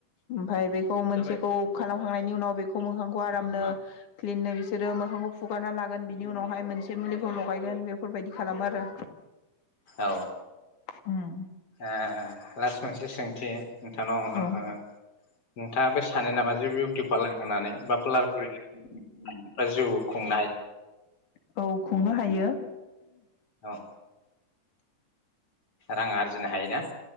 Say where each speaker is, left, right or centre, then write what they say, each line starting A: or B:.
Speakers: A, on the left (about 85°); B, on the left (about 50°).
A: ओमफाय बेखौ मोनसेखौ खालामखांनायनि उनाव बे खौ मोखांखौ आरामनो क्लिननो बिसोरो मोखांखौ फुगारना लागोन बिनि उनावहाय मोनसे मुलिखौ लगायगोन बेफोरबायदि खालामो आरो।
B: औ।
A: उम।
B: ओ लास्ट मोनसे सोंथि नोंथांनाव
A: औ
B: ओ नोंथाङाबो सानो नामा जे बिउटि पार्लार होनानै बा पार्लार खुलिनानै जिउ खुंनो
A: औ खुंनो हायो।
B: औ रां आरजिनो हायोना?